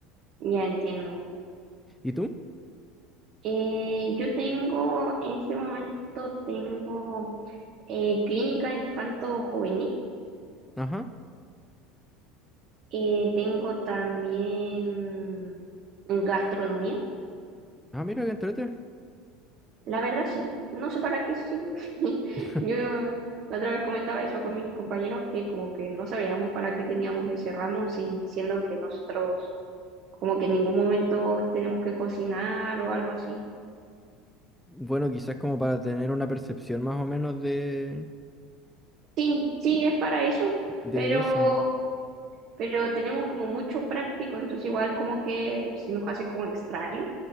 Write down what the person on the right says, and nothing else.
ya entiendo.
Eh, yo tengo, en este momento tengo eh, clínica infanto-juvenil.
Eh, tengo también gastronomía.
La verdad sí, no sé para qué sirve. <laughs>
Yo la otra vez comentaba eso con mis compañeros que como que no sabíamos para qué teníamos ese ramo, si, siendo que nosotros como que en ningún momento tenemos que cocinar o algo así.
Sí, sí, es para eso,
pero,
pero tenemos como mucho práctico, entonces igual como que se nos hace como extraño.